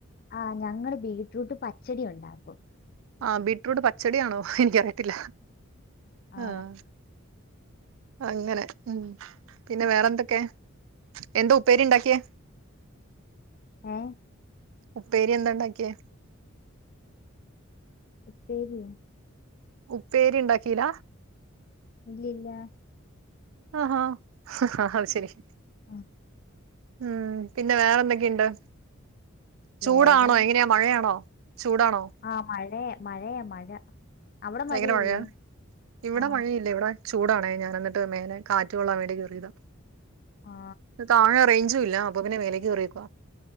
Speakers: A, on the left; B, on the right.
A: ആ ഞങ്ങള് ബീറ്റ്റൂട്ട് പച്ചടി ഉണ്ടാക്കും.
B: ആ ബീറ്റ്റൂട്ട് പച്ചടിയാണോ എനിക്കറിയത്തില്ല
A: ആ
B: ആഹ്. അങ്ങനെ ഉം പിന്നെ വേറെന്തൊക്കെ എന്തോ ഉപ്പേരിണ്ടാക്കിയേ.
A: ഏഹ്.
B: ഉപ്പേരി എന്താ ഉണ്ടാക്കിയേ?
A: ഉപ്പേരിയോ.
B: ഉപ്പേരി ഉണ്ടാക്കീല.
A: ഇല്ല ഇല്ല.
B: ആഹഹ് അത് ശരി ശ
A: ആഹ
B: ഉം പിന്നെ വേറെ എന്തൊക്കെയുണ്ടോ
A: വേറെ
B: ചൂടാണോ എങ്ങനെയാ മഴയാണോ ചൂടാണോ
A: ആഹ മഴയെ മഴയെ മഴ അവിടെ
B: ഭയങ്കര
A: മഴയില്ലേ
B: മഴയാ ഇവിടെ
A: ആ
B: മഴയില്ല ഇവിടെ ചൂടാണെ ഞാന് എന്നിട്ട് മേലെ കാറ്റ് കൊള്ളാൻ വേണ്ടി കേറിയതാ
A: ആ
B: താഴെ റേഞ്ചും ഇല്ല അപ്പൊ പിന്നെ മേലേയ്ക്ക് കേറിയേക്കുവാ